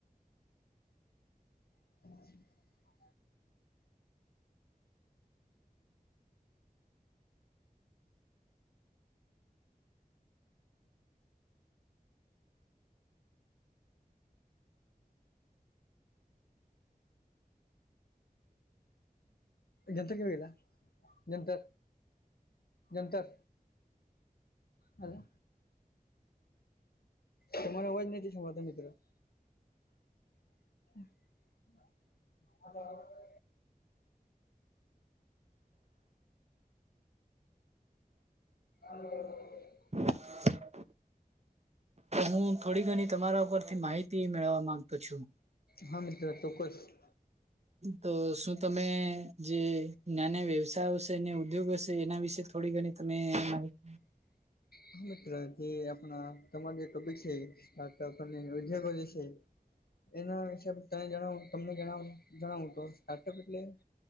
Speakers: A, on the left; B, on the right.
A: હ <inaudible> જંતર કેવીલા જંતર જંતર. હલો. તમારો અવાજ નથી સંભળાતો મિત્ર- - <inaudible> હાલો.
B: <inaudible> હું થોડી ઘણી તમારા ઉપરથી માહિતી મેળવા માંગતો છું?
A: હા મિત્ર ચોકકસ- -
B: તો શું તમે જે નાના વ્યવસાય હશે ઉદ્યોગ હશે એના વિશે થોડી ઘણી- - તમે માહિતી- -
A: હા મિત્ર જે આપણા તમાર જે ટોપિક છે સ્ટાર્ટઅપ અને ઉદ્યોગો જે છે. એના વિશે તમને જણાવુ તમને જણાવું જણાવુ તો સ્ટાર્ટઅપ એટલે- -